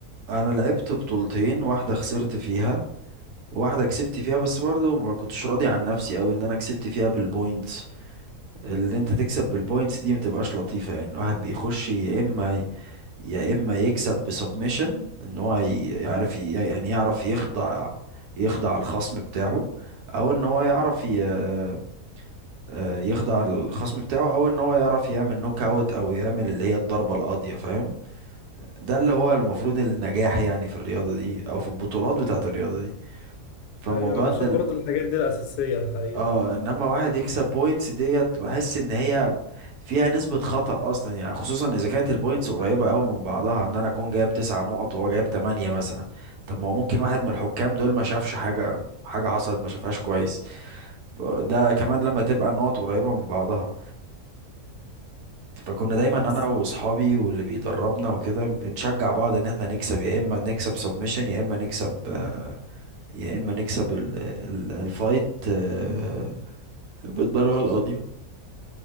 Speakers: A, on the right; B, on the left.
A: انا لعبت بطولتين واحده خسرت فيها واحده كسبت فيها بس برضو ما كنتش راضي عن نفسي قوي ان انا كسبت فيها بالبوينتس اللي انت تكسب بالبوينتس دي متبقاش لطيفه يعني الواحد بيخش يا اما ي- يا اما يكسب بسبمشن ان هو ي- يعرف ي- يعني يعرف يخضع يخضع الخصم بتاعه او ان هو يعرف ي- آه، يخضع الخصم بتاعه او ان هو يعرف يعمل نوك اوت او يعمل اللي هي الضربه القاضيه فاهم ده اللي هو المفروض النجاح يعني في الرياضة دي او في البطولات بتاعة الرياضة دي فموضوع
B: أيوة، انا بشوف
A: ان ال...
B: برضه الحاجات دي الأساسية الحقيقة
A: اه انما واحد يكسب بوينتس ديت بحس ان هي فيها نسبة خطأ اصلا يعني خصوصا اذا كانت البوينتس قريبة قوي من بعضها ان انا اكون جايب تسع نقط وهو جايب تمانية مثلا طب ما هو ممكن واحد من الحكام دول ما شافش حاجة حاجة حصلت ما شافهاش كويس ف- ده كمان لما تبقى النقط قريبة من بعضها فكنا دايما
B: لا
A: انا
B: بس
A: واصحابي واللي بيدربنا وكده بنشجع بعض ان احنا نكسب يا اما نكسب سبمشن يا اما نكسب آه، يا اما نكسب ال- ال- الفايت آه، بالضربة القاضية